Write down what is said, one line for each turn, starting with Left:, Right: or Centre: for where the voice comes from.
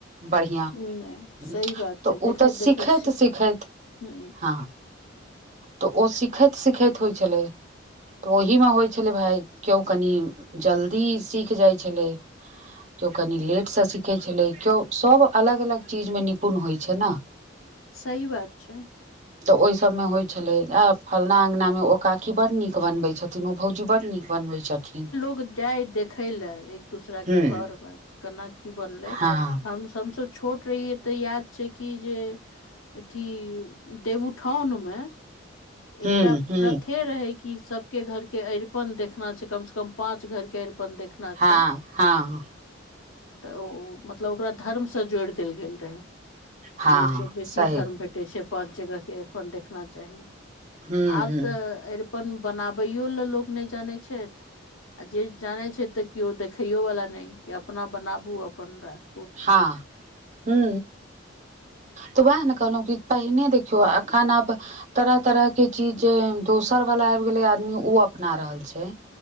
Right: बढ़िआँ
Left: नहि
Right: ह
Left: सही बात छै
Right: तऽ ओ
Left: देखैत
Right: तऽ सिखैत
Left: देखैत
Right: सिखैत
Left: ह
Right: हँ तऽ ओ सीखैत सीखैत होइत छलै तऽ ओहीमे होइ छलै भाय केओ कनि जल्दी सीख जाइ छलै केओ कनि लेटसँ सीखै छलै केओ सभ अलग अलग चीजमे निपुण होइत छै ने
Left: सही बात छै
Right: तऽ ओहि सब मे होइ छलै आ फलना अङंगगना में ओ काकी बड़ नीक बनबै छथिन ओ भौजी बड नीक बनबै छथिन
Left: लो जाय देखय लए एक दूसरााक
Right: हूँ
Left: के घरमे कि केना की बनलै
Right: हँ
Left: हम हमस छोट ते याद छै की जे अथी देवउठाउन मे
Right: हूँ
Left: एकटा
Right: हूँ
Left: प्रथे रहै क सब के घर के अरिपन देखना छै कम से कम पाच घर के अरिपन देखना
Right: हँ
Left: छै
Right: हँ
Left: तऽ ओ मतलब ओकरा धर्मसँ जोड़ि देल गेल रहै
Right: हँ
Left: कि ओहिसँ बेसी
Right: सही
Left: धर्म भेटैत छै पाँच जगहके अरिपन देखना चाही
Right: हूँ
Left: आब
Right: हूँ
Left: तऽ अरिपन बनाबैयो ल लोक नहि जानै छथि आ जे जानै छथि तऽ केओ देखैयोवला नहि कि अपना बनाबू अपन राख
Right: हँ हू तऽ वएह न कहलहु कि पहिने देखियौ अखन आब तरह तरह के चीज जे दोसर वालला आबि गेलै आदमी ओ अपना रहल छै